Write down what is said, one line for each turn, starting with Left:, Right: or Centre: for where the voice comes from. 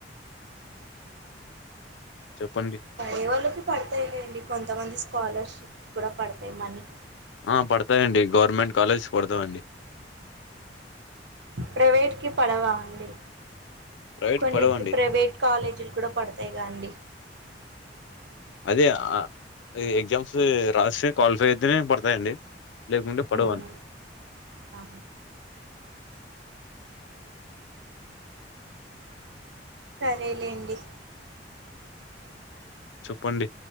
Left: చెప్పండి.
Right: పడే వాళ్ళకి పడతయిలేండి కొంతమంది స్కాలర్షిప్ కూడా పడతాయి మనీ
Left: ఆ పడతయండి గవర్నమెంట్ కాలేజీ పడతవండి
Right: ప్రైవేట్ కి పడవా అండి?
Left: ప్రైవేట్‌కి
Right: కొన్నిటికి
Left: పడవండి.
Right: ప్రైవేట్ కాలేజీలు కూడా పడతాయిగా అండి.
Left: అదే ఆ ఎగ్జామ్స్ రాస్తే క్వాలిఫై అయితేనే పడతాయండి లేకుంటే పడవండి.
Right: ఉహు ఆ సరేలేండి
Left: చొప్పండి